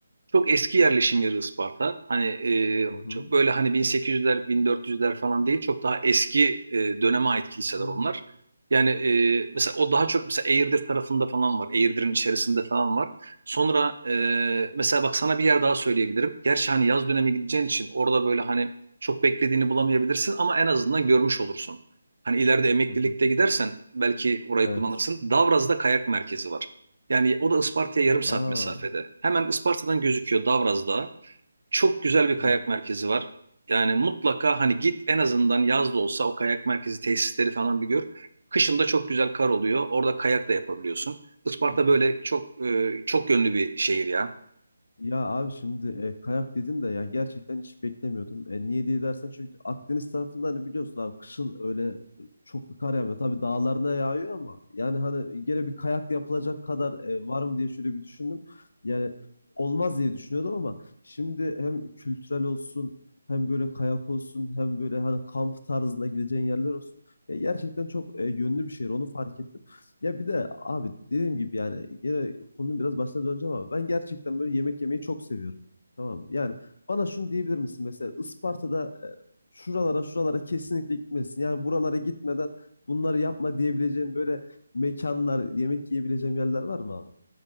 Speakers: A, on the right (about 75°); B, on the left (about 60°).
A: Çok eski yerleşim yeri Isparta. Hani e,
B: Hı hı.
A: çok böyle hani 1800'ler, 1400'ler falan değil. Çok daha eski e, döneme ait kiliseler
B: Hı
A: onlar. Yani e, mesela o daha çok mesela Eğirdir tarafında falan var. Eğirdir'in içerisinde falan var. Sonra e, mesela bak sana bir yer daha söyleyebilirim. Gerçi hani yaz dönemi gideceğin için orada böyle hani çok beklediğini bulamayabilirsin ama en azından görmüş olursun. Hani ileride emeklilikte
B: hı. hı.
A: gidersen belki orayı
B: Evet.
A: kullanırsın. Davraz'da kayak merkezi var. Yani o da Isparta'ya yarım saat
B: Aa.
A: mesafede. Hemen Isparta'dan gözüküyor Davraz Dağı. Çok güzel
B: Hı
A: bir
B: hı,
A: kayak merkezi var. Yani mutlaka hani git en azından yaz da olsa o kayak merkezi tesisleri falan bir gör. Kışın da çok güzel kar oluyor. Orada kayak da yapabiliyorsun. Isparta
B: hı hı.
A: böyle çok e, çok yönlü bir şehir ya.
B: Ya abi şimdi e, kayak dedin de ya gerçekten hiç beklemiyordum. E, niye diye dersen çünkü Akdeniz tarafında hani biliyorsun abi kışın öyle e, çok bir kar yağmıyor. Tabii dağlarına yağıyor ama yani hani gene bir kayak yapılacak kadar e, var mı diye şöyle bir düşündüm. Yani olmaz diye düşünüyordum ama şimdi hem kültürel olsun hem böyle kayak olsun hem böyle hani kamp tarzında gideceğin yerler olsun. E, gerçekten çok e, yönlü bir şehir onu fark ettim. Ya bir de abi dediğim gibi yani gene konunun biraz başına döneceğim ama ben gerçekten böyle yemek yemeyi çok seviyorum. Tamam mı? Yani bana şunu diyebilir misin mesela Isparta'da e, şuralara şuralara kesinlikle gitmesin. Yani buralara gitmeden bunları yapma diyebileceğim böyle mekanlar, yemek yiyebileceğim yerler var mı abi?